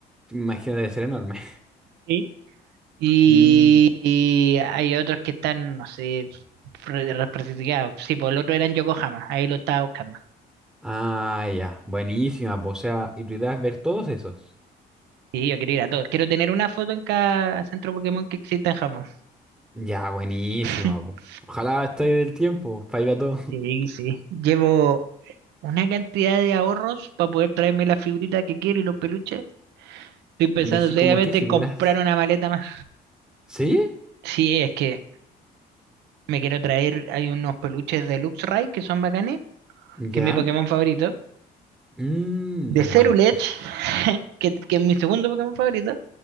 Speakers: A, in the centre; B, on the right.
A: Imagino, debe ser enorme.
B: Sí. y
A: Mm,
B: hay otros que están, no sé, re- representados, sí, por el otro era en Yokohama, ahí lo estaba buscando.
A: ah, ya, buenísima, po. O sea, ¿y tu idea es ver todos esos?
B: Sí, yo quiero ir a todos. Quiero tener una foto en cada centro Pokémon que exista en Japón.
A: Ya, buenísima,
B: <laughs>
A: po. Ojalá esté del tiempo para ir a todos. <laughs>
B: Sí, sí. Llevo una cantidad de ahorros para poder traerme la figurita que quiero y los peluches. Estoy pensando
A: Y así
B: seriamente
A: como, ¿qué figuras?
B: en comprar una maleta más.
A: ¿Sí?
B: Sí, es que me quiero traer, hay unos peluches de Luxray que son bacanes,
A: ¿Ya?
B: que es mi Pokémon favorito.
A: Mm,
B: De
A: es
B: Cerulege,
A: bueno.
B: <laughs> que, que es mi segundo Pokémon favorito.